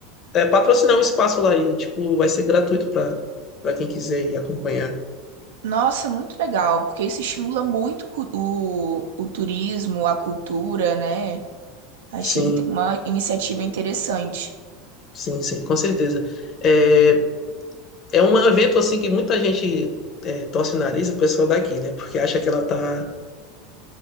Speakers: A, on the left; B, on the right.
A: a é, patrocinar um espaço lá e, tipo, vai ser gratuito para para quem quiser ir acompanhar.
B: Nossa, muito legal, porque isso estimula muito cu- o, o turismo, a cultura, né? Achei
A: Sim,
B: inte- uma iniciativa interessante.
A: sim, sim, com certeza. É, é um evento, assim, que muita gente é, torce o nariz, o pessoal daqui, né? Porque acha que ela tá